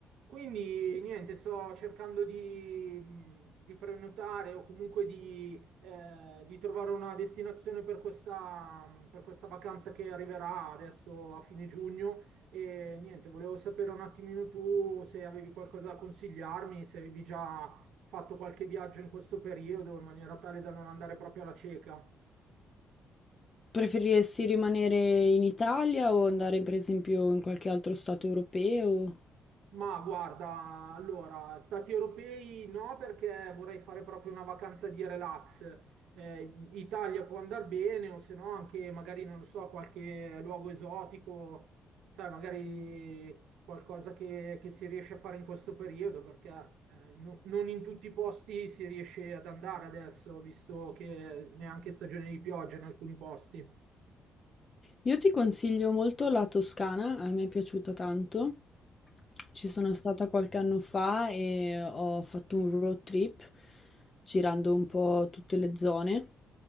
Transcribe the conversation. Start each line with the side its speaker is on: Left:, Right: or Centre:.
Right: Quindi niente, sto cercando di, mh, di prenotare o comunque di, eh, di trovare una destinazione per questa, per questa vacanza che arriverà adesso a fine giugno. E niente, volevo sapere un attimino tu se avevi qualcosa da consigliarmi, se avevi già fatto qualche viaggio in questo periodo in maniera tale da non andare proprio alla cieca.
Left: Preferiresti rimanere in Italia o andare per esempio in qualche altro stato europeo?
Right: Ma guarda, allora, stati europei no, perché vorrei fare proprio una vacanza di relax. Eh, Italia può andare bene, o se no anche magari, non lo so, qualche luogo esotico, sai, magari qualcosa che, che si riesce a fare in questo periodo, perché eh, no- non in tutti i posti si riesce ad andare adesso, visto che neanche stagione di pioggia in alcuni posti.
Left: Io ti consiglio molto la Toscana, a me è piaciuta tanto. Ci sono stata qualche anno fa e ho fatto un road trip girando un po' tutte le zone.